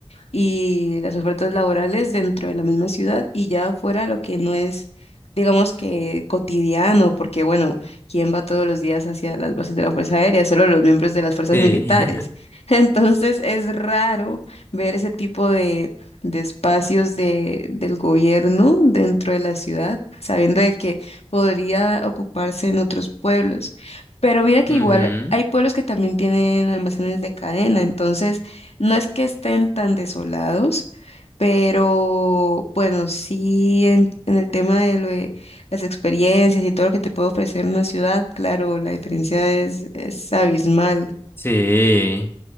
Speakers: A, on the left; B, on the left.
A: y las ofertas laborales dentro de la misma ciudad y ya fuera lo que no es, digamos que cotidiano, porque bueno, ¿quién va todos los días hacia las bases de la Fuerza Aérea? Solo los miembros de las fuerzas
B: Sí.
A: militares.
B: <laughs>
A: <laughs> Entonces es raro ver ese tipo de, de espacios de, del gobierno dentro de la ciudad, sabiendo de que podría ocuparse en otros pueblos. Pero mira que
B: Ujú,
A: igual hay pueblos que también tienen almacenes de cadena, entonces no es que estén tan desolados, pero bueno, sí en, en el tema de, lo de las experiencias y todo lo que te puede ofrecer una ciudad, claro, la diferencia es, es abismal.
B: Sí.